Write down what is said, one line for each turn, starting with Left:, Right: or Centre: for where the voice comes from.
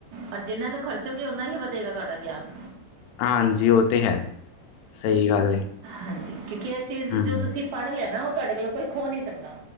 Right: ਔਰ ਜਿੰਹਨ੍ਹਾਂ ਨੂੰ ਖਰਚੋਗੇ ਉਹਨਾ ਹੀ ਵਧੇਗਾ ਤੁਹਾਡਾ ਗਿਆਨ
Left: ਹਾਂਜੀ ਉਹ ਤੇ ਹੈ ਸਹੀ ਗੱਲ ਏ
Right: ਹਾਂਜੀ ਕਿਉਂਕਿ ਇਹ ਚੀਜ਼
Left: ਹੂੰ।
Right: ਜੋ ਤੁਸੀਂ ਪੜ੍ਹ ਲਿਆ ਨਾ ਓ ਤੁਹਾਡੇ ਕੋਲੋਂ ਕੋਈ ਖੋ ਨੀ ਸਕਦਾ